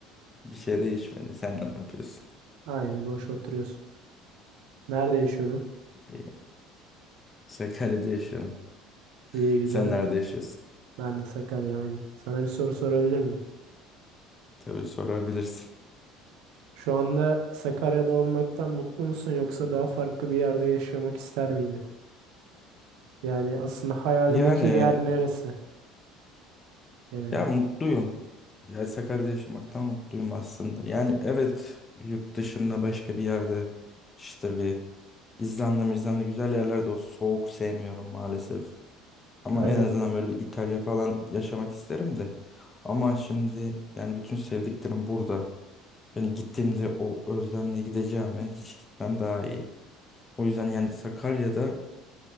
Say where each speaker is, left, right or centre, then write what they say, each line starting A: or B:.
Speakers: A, on the left; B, on the right.
A: Bir şey değişmedi. Sen ne yapıyorsun?
B: Aynı, boş oturuyorsun. Nerede yaşıyordun?
A: İyi. Sakarya'da yaşıyorum.
B: İyi, güzel.
A: Sen nerede yaşıyorsun?
B: Ben de Sakarya, aynı. Sana bir soru sorabilir miyim?
A: Tabii sorabilirsin.
B: Şu anda Sakarya'da olmaktan mutlu musun yoksa daha farklı bir yerde yaşamak ister miydin? Yani aslında hayalindeki
A: Yani
B: yer neresi genel
A: ya
B: olarak?
A: mutluyum. Ya Sakarya'da yaşamaktan mutluyum aslında. Yani evet yurt dışında başka bir yerde işte bir İzlanda, İzlanda güzel yerlerde o soğuk sevmiyorum maalesef. Ama
B: Aynen.
A: en azından böyle bir İtalya falan yaşamak isterim de. Ama şimdi yani bütün sevdiklerim burada. Yani gittiğimde o özlemle gideceğime hiç gitmem daha iyi. O yüzden yani Sakarya'da